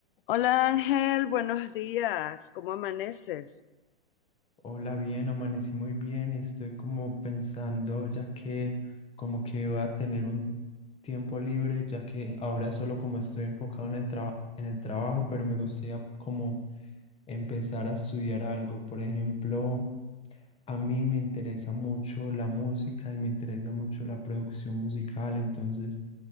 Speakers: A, on the left (about 60°); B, on the left (about 20°).
A: Hola Ángel, buenos días, ¿cómo amaneces?
B: Hola, bien, amanecí muy bien y estoy como pensando ya que como que voy a tener un tiempo libre, ya que ahora solo como estoy enfocado en el tra- en el trabajo, pero me gustaría como empezar a estudiar algo, por ejemplo, a mí me interesa mucho la música y me interesa mucho la producción musical, entonces,